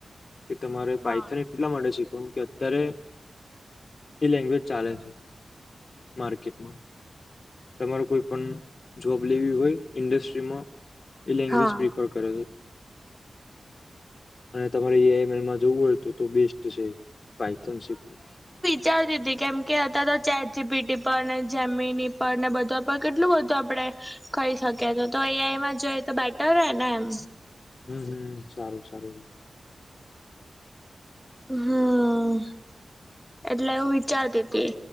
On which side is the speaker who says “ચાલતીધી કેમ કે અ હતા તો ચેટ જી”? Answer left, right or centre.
Centre